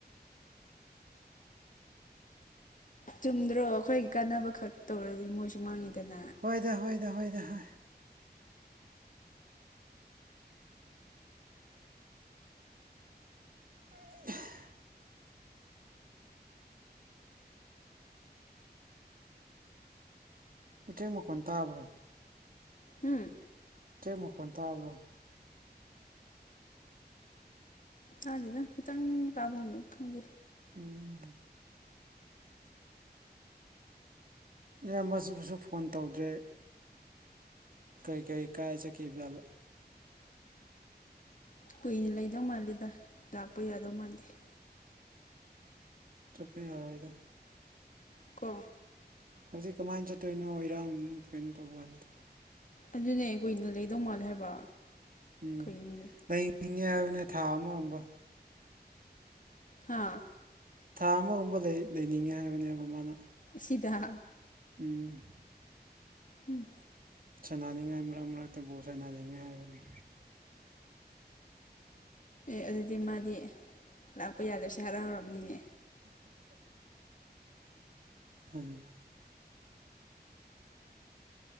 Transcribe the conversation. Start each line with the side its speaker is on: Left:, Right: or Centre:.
Left: ꯆꯨꯝꯗ꯭ꯔꯣ ꯑꯩꯈꯣꯏꯒꯤ ꯀꯥꯟꯅꯕ ꯈꯛ ꯇꯧꯔꯗꯤ ꯃꯣꯏꯁꯨ ꯃꯥꯡꯉꯤꯗꯅ
Right: ꯍꯣꯏꯗ ꯍꯣꯏꯗ ꯍꯣꯏ ꯍ <inaudible> ꯎꯆꯦꯛ ꯃꯈꯣꯟ ꯇꯥꯕ꯭ꯔꯣ
Left: ꯎꯝ
Right: ꯆꯦꯛ ꯃ ꯈ ꯇꯥꯔꯕ꯭ꯔꯣ
Left: ꯇꯥꯗꯤꯗ ꯈꯤꯇꯪ ꯇꯥꯕꯅ ꯈꯪꯗꯦ
Right: ꯎꯝ ꯏꯌꯥꯝ ꯃꯁꯤꯕꯨꯁꯨ ꯐꯣꯟ ꯇꯧꯗ꯭ꯔꯦ ꯀꯩ ꯀꯩ ꯀꯥꯏ ꯆ ꯀꯞ ꯌꯥꯂ
Left: ꯀꯨꯏꯅ ꯂꯩꯗꯧ ꯃꯥꯜꯜꯂꯤꯦꯗ ꯂꯥꯛꯄ ꯌꯥꯗꯧ ꯃꯥꯜꯜꯂꯤꯦ
Right: ꯆꯣꯞꯄꯤ ꯍꯔꯣꯏꯗ
Left: ꯀ
Right: ꯍꯧꯖꯤꯛ ꯀꯃꯥꯏꯅ ꯆꯠꯇꯣꯏꯅꯣ ꯏꯔꯥꯡ ꯀꯩꯅꯣ ꯇꯧꯕ ꯍꯥꯏꯗ
Left: ꯑꯗꯨꯅꯦ ꯀꯨꯏꯅ ꯂꯩꯗꯧ ꯃꯥꯜꯂꯦ ꯍꯥꯏꯕ
Right: ꯎꯝ
Left: ꯀꯩꯅꯣꯅꯦ
Right: ꯂꯩꯅꯤꯡꯉꯦ ꯍꯥꯏꯕꯅꯦ ꯊꯥ ꯑꯃꯕ
Left: ꯍꯥꯥ
Right: ꯊꯥ ꯑꯃꯒꯨꯝꯕ ꯂꯩ ꯂꯩꯅꯤꯡꯉꯦ ꯍꯥꯏꯕꯅꯦꯕ ꯃꯥꯅ
Left: ꯁꯤꯗ
Right: ꯎꯝ
Left: ꯎꯝ
Right: ꯁꯥꯟꯅꯅꯤꯡꯉꯥꯏ ꯃꯔꯛ ꯃꯔꯛꯇꯕꯨ ꯁꯥꯟꯅꯅꯤꯡꯉꯥꯏ ꯍꯥꯏꯕꯅꯤ
Left: ꯑꯦ ꯑꯗꯨꯗꯤ ꯃꯥꯗꯤ ꯂꯥꯛꯄ ꯌꯥꯗꯣꯏꯁꯦ ꯍꯔꯥꯎ ꯍꯔꯝꯅꯤꯅꯦ
Right: ꯎꯝ